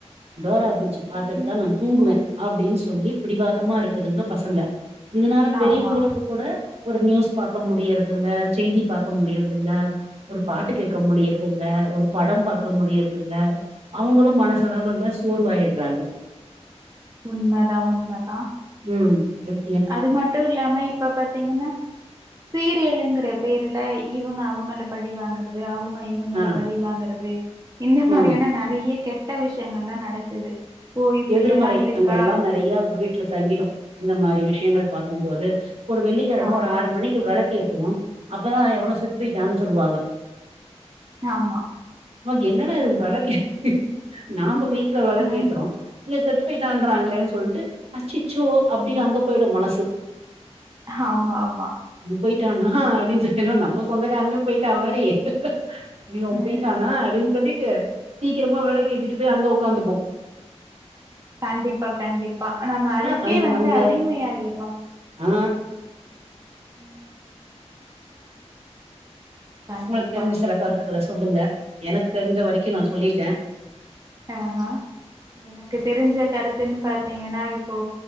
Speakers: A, on the right; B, on the right.
A: டோரா புஜ் ஜி பாத்துட்டுதா
B: ம்ஹும்
A: நா தூங்குவே அப்டின்னு சொல்லி பிடிவாதமா இருக்குதுங்க பசங்க இதனால பெரியவங்களுக்கு
B: ஆமா
A: கூட ஒரு நியூஸ் பாக்க முடியறது இல்ல செய்தி பாக்க முடியறது இல்ல ஒரு பாட்டு கேக்க முடியறதில்ல ஒரு படம் பாக்க முடியறதில்ல அவங்களு மனசளவுல சோர்வாயிட்றாங்க
B: உண்மதா உண்மதா
A: ம் ஏ
B: அது மட்டு இல்லாம இப் இப்ப பாத்தீங்கன்னா சீரியலுங்குற பேருல இவங்க அவங்கள பழி வாங்கறது அவங்க இவங்கள
A: ஆ
B: பழி வாங்கறது இந்த மாறியான
A: ம்
B: நெறைய கெட் ட விஷயங்கள்லா நடக்குது ஓ இப்டியெல்லா
A: எதிர்மறை எண்ணங்கள்லா
B: இருக்கா
A: நெறைய வீட்ல தங்கிடு இந்த மாறி விஷயங்கள் பாக்கும்போது ஒரு வெள்ளிக்கெழம
B: ஆமா
A: ஒரு ஆறு மணி க்கி விளக்கேத்துவோ அப்பதா எவனோ செத்து போயிட்டான்னு சொல்லுவாங்க
B: ஆமா
A: ம்மா என்னடா இது விளக்கேத் நாம்ப வீட்ல விளக்கேத்றோ
B: ம்
A: இங்க செத்து போயிட்டான்றாங்களேன்னு சொல்ட்டு அச்சச்சோ அப்டின்னு அங்க போய்டு மனசு
B: ஆமா ஆமா
A: இவே போயிட்டானா அப்டின்னு சொல்லி என்னவோ நம்ம சொந்தக்காரனே போயிட்டா மாறி ஐய்யோ அவே
B: ம்
A: போயிட்டானா அப்டின்னு சொல்லிட்டு சீக்கிரமா விளக்கு ஏத்திட்டு போயி அங்க ஒக்காந்துப்போ
B: கண்டிப்பா கண்டிப்பா நம்ம
A: ஏன்னா
B: அதுக்கே
A: அந்
B: வந்து
A: அந்த
B: அடிமை ஆயிர்றோ
A: ஆ
B: ம் கண்டிப்பா
A: உங்களுக்கு தெரிஞ்ச சில கருத்துக்கள சொல்லுங்க எனக்கு தெரிஞ்ச வரைக்கு நா சொல்லிட்டே
B: அஹா எனக்கு தெரிஞ்ச கருத்துன்னு பாத்தீங்கன்னா இப்போ